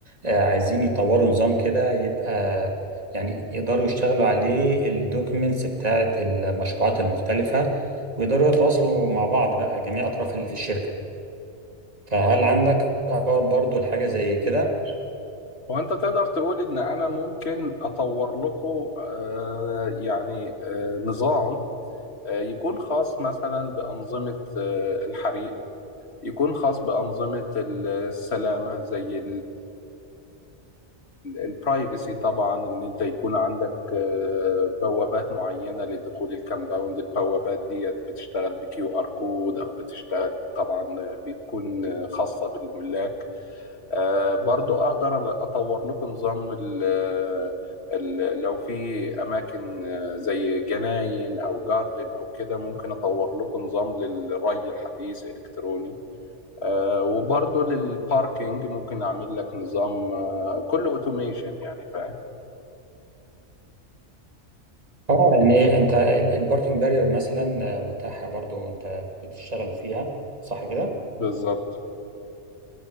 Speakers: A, on the right; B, on the left.
A: آه، عايزين يطوروا نظام كده يبقى يعني يقدروا يشتغلوا عليه الدوكيمنتس بتاعة المشروعات المختلفة ويقدروا يتواصلوا مع بعض بقى جميع أطراف اللي في الشركة فهل عندك أفكار برضو لحاجة زي كده؟
B: وانت تقدر تقول ان انا ممكن اطور لكم آه، يعني آه، نظام آه، يكون خاص مثلا بانظمه آه، الحريق يكون خاص بانظمه ال- السلامه زي البرايفسي طبعا ان انت يكون عندك آه، بوابات معينه لدخول الكامباوند البوابات ديت بتشتغل بكيو ار كود او بتشتغل طبعا بتكون خاصه بالملاك آه، برضو اقدر اطور لكم نظام ال ال- لو في اماكن آه، زي جناين او جاردن او كده ممكن اطور لكم نظام للري الحديث الكتروني آه، وبرضو للباركينج ممكن اعمل لك نظام آه، كله اوتوميشن يعني فاهم
A: اه يعني انت ال- الباركنج بارير مثلا آه، متاحه برضو انت بتشتغلوا فيها صح كده
B: بالظبط